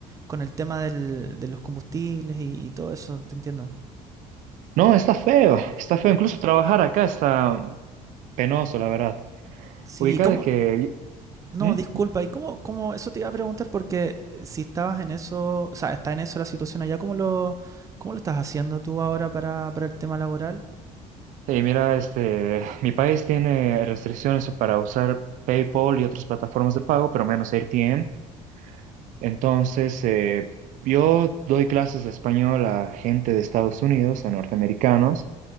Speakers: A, on the right; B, on the right.
A: con el tema del- de los combustibles y, y todo eso, te entiendo.
B: No, está feo, está feo. Incluso trabajar acá está penoso, la verdad.
A: Sí,
B: ¿Ubicado
A: ¿y cómo?
B: Ubicada que...
A: No,
B: ¿Mm?
A: disculpa, ¿y cómo, cómo? Eso te iba a preguntar porque si estabas en eso, o sea, está en eso la situación allá, ¿cómo lo, cómo lo estás haciendo tú ahora para, para el tema laboral?
B: Y mira, este, mi país tiene restricciones para usar PayPal y otras plataformas de pago, pero menos AirTM. Entonces, eh, yo doy clases de español a gente de Estados Unidos, a norteamericanos.